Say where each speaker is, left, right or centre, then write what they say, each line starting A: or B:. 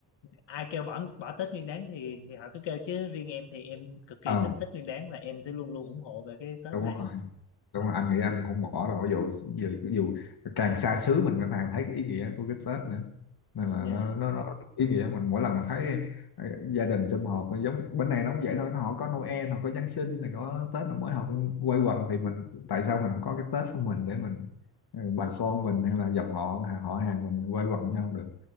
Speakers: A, on the left; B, on the left.
A: ai kêu bỏ bỏ Tết Nguyên Đán thì thì họ cứ kêu chứ riêng em thì em cực kỳ
B: Ờ.
A: thích Tết Nguyên Đán và em sẽ luôn luôn ủng hộ về cái Tết
B: đúng
A: này
B: rồi đúng rồi anh nghĩ anh cũng không bỏ đâu dù dù, dù càng xa xứ mình cũng càng thấy cái ý nghĩa của cái Tết nữa nên là
A: dạ
B: nó nó, nó ý nghĩa mình mỗi lần mình thấy ờ, gia đình sum họp giống bên này nó cũng vậy thôi nó họ có Noel họ có Giáng sinh này có Tết là mỗi họ cũng quây quần thì mình tại sao mình không có cái Tết của mình để mình ờ, bà con mình hay là dòng họ họ hàng mình quây quần với nhau được